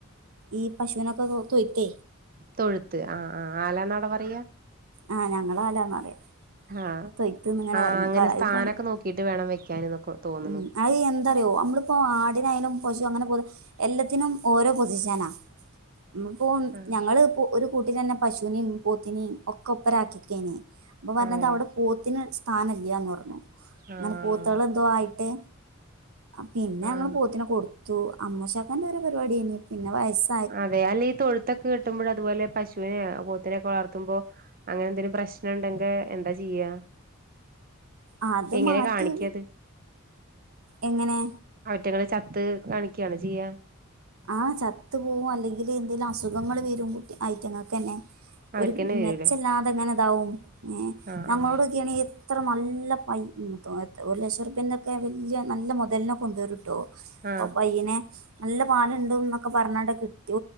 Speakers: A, on the right (about 80°); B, on the right (about 45°).
A: ഈ പശുവിനൊക്കെ <unintelligible>
B: തൊഴുത്ത് ആഹ് ആഹ് ആലാന്ന അവിടെ പറയാ
A: ആഹ് ഞങ്ങള് ആലാന്ന പറയാ
B: ആഹ്
A: തൊയ്ത്ത്ന്ന് ഇങ്ങനെ
B: ആഹ്
A: പറയണ്
B: അങ്ങനെ
A: ഇപ്പ
B: സ്ഥാനൊക്കെ
A: ഇപ്പം
B: നോക്കിട്ട് വേണം വെയ്ക്കാനിന്നൊക്കെ തോന്ന്ണു
A: ഉം അത് എന്താറിയുമോ നമ്മളിപ്പോൾ ആടിനായാലും പശു അങ്ങനെ പോന്ന എല്ലാത്തിനും ഓരോ പൊസിഷനാ <unintelligible>
B: ആഹ്
A: ഞങ്ങള് ഇപ്പോ ഒരു കൂട്ടി തന്നെ പശുവിനെയും പോത്തിനെയും ഒക്കെ <unintelligible> അപ്പൊ പറഞ്ഞത്
B: അതെ
A: അവിടെ പോത്തിന് സ്ഥാനം ഇല്ലാന്ന് പറഞ്ഞു അങ്ങനെ
B: ആഹ്
A: പോത്തുകൾ എന്തോ ആയി ട്ട് പിന്നെ
B: ആഹ്
A: ഞങ്ങള് പോത്തിനെ കൊടു ത്തു അമ്മ <unintelligible> ഒരോ പരിപാടിയാനെ പിന്നെ വയസ്സ്
B: അതെ അല്ല ഈ തൊഴുത്തൊക്കെ കെട്ടുമ്പോൾ അതുപോലെ പശു വിനെ പോത്തിനെക്കെ വളർത്തുമ്പോ അങ്ങനെ എന്തെങ്കിലും പ്രശ്നം ഉണ്ടെങ്കിൽ എന്താ ചെയ്യാ
A: ആഹ് അത്
B: എങ്ങനെ
A: മാറ്റി
B: കാണിക്കാ അത്
A: എങ്ങനെ
B: അവറ്റകള് ചത്ത് കാണിക്കുകയാണ് ചെയ്യ
A: ആഹ് ചത്ത് പോവും അല്ലെങ്കില് എന്തെങ്കിലും അസുഖങ്ങൾ വരും കു <unintelligible> തന്നെ
B: അവർക്കന്നെ
A: ഒരു
B: വരൂല്ലേ
A: മെച്ചല്ലാതെ ഇങ്ങനെ ഇതാവും ഏഹ്
B: ആഹ്
A: നമ്മളോടൊക്കെയാണങ്കി
B: ആഹ്
A: അത്ര നല്ല പൈ ഉം ഒരു ലക്ഷം റുപ്യന്റെക്കെ ആണങ്കിൽ വലിയ നല്ല മുതലിനെ കൊണ്ടുവരും ട്ടോ അപ്പൊ
B: ആഹ്
A: പയ്യനെ നല്ല പാലുണ്ടൊന്നൊക്കെ പറഞ്ഞാണ്ട് കിട്ടി